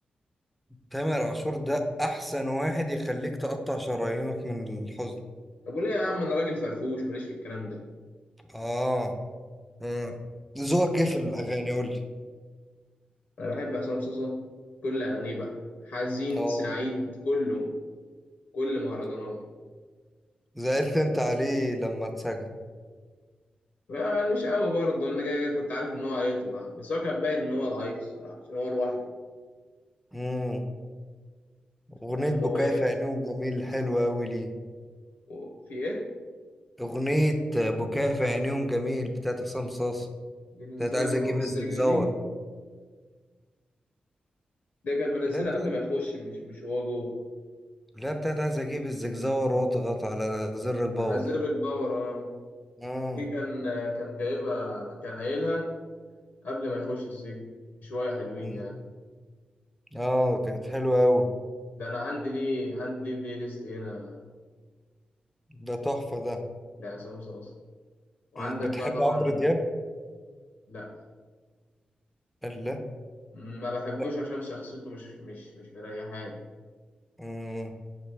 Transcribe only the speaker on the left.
طب وليه يا عم أنا راجل فرفوش ماليش في الكلام ده
طيب.
انا بحب عصام صاصا كل اغانيه بقى حزين
سعيد كله كل مهرجاناته
ما- مش قوي برضه انا كده كده كنت عارف ان هو هيطلع بس هو كان باين ان هو ضعيف الصراحه عشان هو لوحده أنت
فاهم
هو ايه
هو في ايه
دي نزلها
في
وقت السجن
دي دي كانت منزلها
قبل ما يخش مش مش هو جوه
على زر الباور اه
دي كان كان جايبها كان قايلها قبل ما يخش السجن شويه حلوين
يعني
ده انا عندي ليه عندي ليه بلاي ليست هنا
لعصام صاصا وعندك
بقى طبعا
لا
ما بحبوش
عشان شخصيته مش مش مش مريحاني